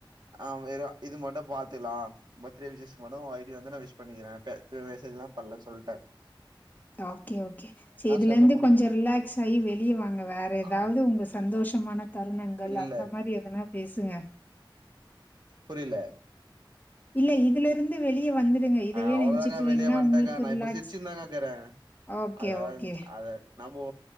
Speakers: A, on the right; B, on the left.
A: ஆ வெறு இது மட்டு பாத்துலா பர்த்டே விஷஷ்ஸ்கு மட்டு ஒ ஐடிய வந்து நா விஷ் பண்ணிக்கிற மெசேஜ்ல்லா பண்லன்னு சொல்ட்ட
B: ஓகே ஓகே சரி இதுலந்து
A: சொல்ல முடியு
B: கொஞ்ச ரிலாக்ஸ் ஆயி வெளியவாங்க வேற எதாவது
A: ஆ
B: உங்க சந்தோஷமான தருணங்கள்
A: இல்ல இல்ல
B: அந்த மாரி எதனா பேசுங்க
A: புரில
B: இல்ல இதுல இருந்து வெளியே வந்துடுங்க இதவே
A: ஹ அவ்ளோதாக்க
B: நெனச்சுட்டு இருந்தீங்கன்னா
A: வெளிய வன்டக்கா
B: உங்களுக்கு
A: நா
B: ரிலாக்ஸ்
A: இப்ப சிர்ச்சுனு தா கா கீற
B: ஓகே,
A: அததா
B: ஓகே.
A: அத நம்போ